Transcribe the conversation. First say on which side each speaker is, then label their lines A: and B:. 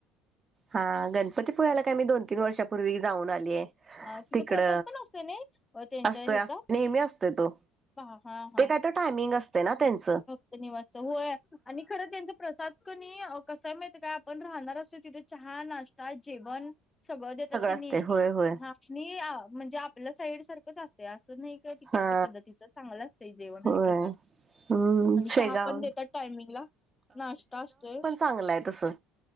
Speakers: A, on the right; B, on the left.
A: हा गणपती पुळला काय मी दोन. तीन वर्षापूर्वी
B: अ
A: जाऊन आलीय
B: अ तिथं
A: तिकड
B: प्रसाद पण असतो ना त्यांच्या
A: असतोय.
B: ह्याचा
A: नेहमी असतोय तो.
B: पहा हा हा,
A: ते काहीतरी टायमिंग असते ना त्यांचा.
B: फक्त निवास हो आणि खरं त्यांच. प्रसाद कणी अ कसाय माहिते काय आपण राहणार असतो तिथे चहा नाश्ता जेवण. सगळं देतात तिनी
A: असते होय होय
B: हा कने म्हणजे आपलं साईड सारखंच असत. ते असं नाही काय तिकडच्या
A: हा
B: पद्धतीचं चांगलं असतं जेवण
A: होय
B: आणि प्रसाद.
A: हम्म
B: आणि
A: शेगाव
B: चहा पण देतात टायमिंग ला नाश्ता असतोय.
A: चांगलंय तसं